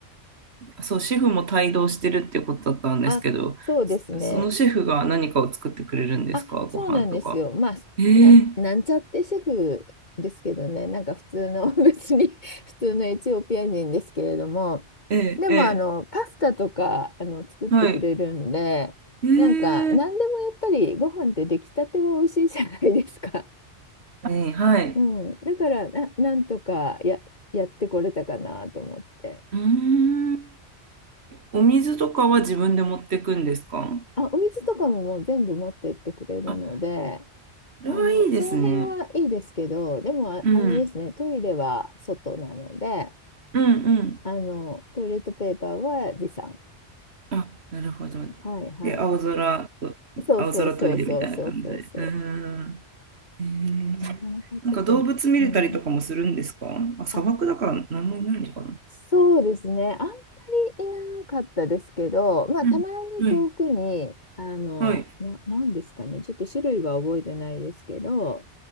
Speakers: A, on the right (about 65°); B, on the left (about 40°).
A: そう、シェフも帯同してるってことだったんですけど、
B: あ、そうですね。
A: そそのシェフが何かを作ってくれるんですか、
B: あ、
A: ご飯とか。
B: そうなんですよ。まあ、
A: えー、
B: なん、なんちゃってシェフですけどね、なんか普通の、<laughs> 別に普通のエチオピア人ですけれども、
A: えー、
B: でもあの、
A: ええ
B: パスタとかあの作ってくれるんで、
A: はい。えー、
B: なんか、何でもやっぱりご飯って出来たては美味しいじゃないですか。
A: ええはい。
B: <laughs> うん、だからな、なんとかや、やってこれたかなと思って。
A: うーん。お水とかは自分で持ってくんですか
B: あ、お水とかももう全部持ってってくれるので、
A: あ、それはいいですね。
B: あの、その辺はいいですけど、でもあ、
A: うん、
B: あれですね、トイレは外なので、
A: うん、うん
B: あの、トイレットペーパーは持参。
A: あ、なるほど。
B: はいはい。
A: で、青空を、お青空トイレみたいな感じで。
B: そうそうそうそうそうそうそ
A: うーん。へーなんか動物見れたりとかもするんですかあ、
B: う。なかなかちょっと、うん。
A: 砂漠だから何もいないのかな
B: あ、そうですね。あんまりいなかったですけど、まあ、
A: うん。
B: たまに遠くに、
A: はい、
B: あの、
A: はい、
B: な、なんですかね、ちょっと種類は覚えてないですけど、